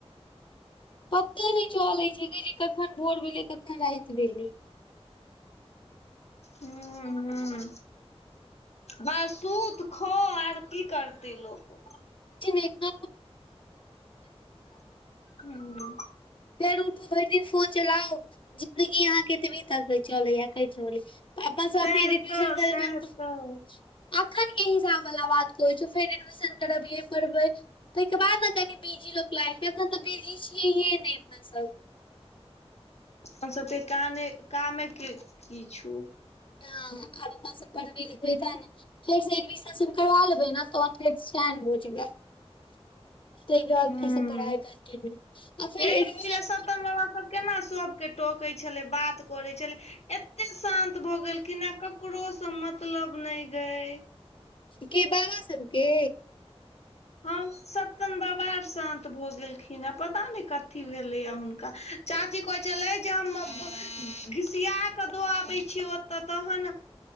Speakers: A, on the left; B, on the left.
A: पते नहि चलैत छै जे कखन भोर भेलै कखन राति भेलै
B: हूँ हूँ बस सुत खो और की करते लोग
A: कुछ ने <unintelligible>
B: हू
A: फेर उठू भरि दिन फोन चलाउ जिंन्दगी अहाँ ऐतबी तक चलै य कटि रहल ये
B: सएह तऽ सएह
A: <unintelligible>
B: तऽ
A: एखन के हिसाब वला बात कहै छियो फेर एडमिशन करबिय पढ़बै ताहिके बाद न कनि बिजी लोक लाइफमे एखन तऽ बिजी छियैहे नहि अपनासभ
B: अपनसभके काम कामे कि की छौ
A: हँ आब अपना सब पढ़बे लिखबे तैय नऽ फेर एडमिशन सब करबा लेबै न तहन फेरबै चैन भऽ जेबै ताहिके
B: हूं
A: बाद फेर सँ पढ़ाइ कन्टिन्यू आ फेर
B: हे
A: एडमिशन
B: <unintelligible> केना सब के टोके छलै बात करे छलै एत्ते शान्त भऽ गेलखि हैय ककरो सँ मतलब नई गेय
A: के बाबा सभके
B: हँ सत्तन बाबा आर शान्त भऽ गेलखिन आ पता नेय कथी भेलैए हऽ हुनका चाची कहै छलै जे हम घिसिया क दऽ आबै छियै ओतअ तहन